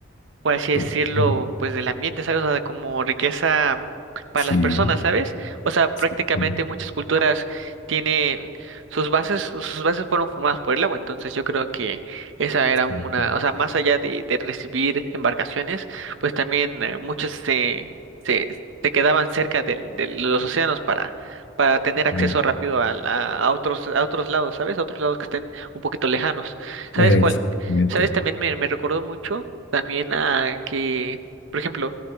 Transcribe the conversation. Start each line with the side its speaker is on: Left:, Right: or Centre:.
Right: por así decirlo,
Left: total.
Right: pues del ambiente, ¿sabes? O sea, como riqueza para
Left: Sí,
Right: las personas, ¿sabes? O sea, prácticamente
Left: sí, sí,
Right: muchas culturas tienen sus bases, sus bases fueron formadas por el agua, entonces yo creo que esa era
Left: sí.
Right: una, o sea, más allá de, de recibir embarcaciones, pues también eh, muchos se, se, se quedaban cerca del- de, los océanos para, para tener acceso
Left: Ve-
Right: rápido a, a, a otros, a otros lados, ¿sabes? A otros lados que estén un poquito lejanos. ¿Sabes
Left: Exactamente.
Right: cuál? ¿Sabes? También me, me recordó mucho también a que, por ejemplo,